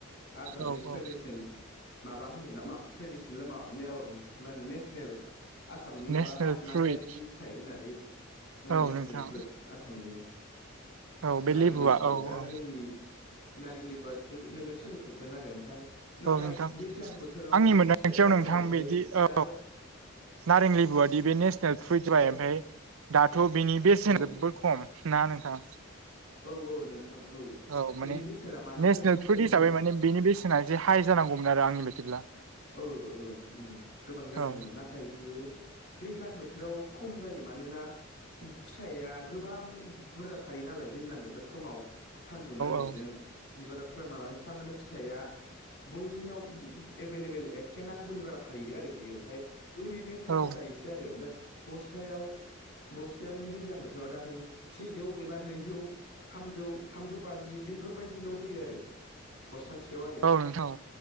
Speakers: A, on the left; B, on the right.
A: आसामनि
B: औ
A: ट्रेडिसनेल
B: औ
A: माबा होनो ना मा ट्रेडिसनेल माबा मा होनो नेसनेल आसामनि माबा
B: नेसनेल
A: हारि माहायारि
B: फ्रुइट
A: फिथाइ होननानै
B: औ
A: नेसनेल
B: नोंथां
A: फ्रुइद आसामनि
B: औ बे
A: नारें
B: लेबुआ
A: लेबुखौ
B: औ
A: दा
B: औ
A: जोंनि नारें लेबा जो नोगोद सोलिफुदों आरो ओमफ्राय नाथाय
B: औ नोंथां
A: दैज्लां बोथोराव
B: आंनि मोनदांथियाव
A: फिथाइ बारा
B: नोंथां
A: जानायखाय
B: बिदि औ
A: दा
B: नारें लेबुआादि बे नेसनेल फ्रुइट
A: फिथाइ
B: जाबाय ओमफ्राय दाथ' बिनि बेसेन
A: औ
B: खम ना नोंथां।
A: औ औ नोंथां।
B: औ
A: बेनि
B: माने
A: बेसेना मानि थाखाय
B: नेसनेल
A: खम
B: फुट
A: जायो
B: हिसाबै माने बेनि बेसेना एसे हाइ जानांगौमोन आरो आंनि बायदिब्ला
A: औ औ गोबां जानांगौमोन
B: औ
A: नाथाय बियो। दैज्लां बोथोराव खम जायो मानोना। फिथाइया गोबां बुरजा थायो नालाय। दैज्लां बोथोर समाव सानदुं नांनायजों
B: औ
A: बिबाराफ्रा माबा थारमाने फिथाइया बयनाव एभेलेबेल एखे नांगौनि बारा थायो आरो बियो ओमफ्राय ओरैनो गारजायोसो
B: औ
A: आरो। ओमफ्राय बस्थायाव नों दैज्लां बोथोराव दा नोङो सेजौ एबा नैजौ थामजौ थामजौ बाजि बेफोरबायदिल' होयो आरो बस्थासेयाव आरो
B: औ नोंथां